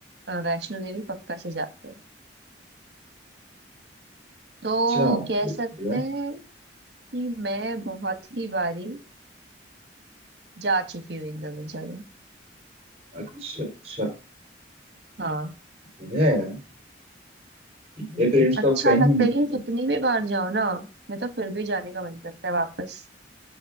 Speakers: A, on the right; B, on the right.
A: अ, वैष्णो देवी पक्का से जाते हैं तो
B: अच्छा
A: कह
B: ये तो
A: सकते
B: बढ़िया
A: हैं कि मैं बहुत ही बारी जा चुकी हूँ इन दोनों जगह
B: अच्छा अच्छा
A: हाँ
B: बढ़िया है यार। मेरे पेरेंट्स
A: अच्छा
B: तो अब कहीं
A: लगता
B: नहीं निकलते
A: है लेकिन कितनी भी बार जाओ ना मैं तो फिर भी जाने का मन करता है वापस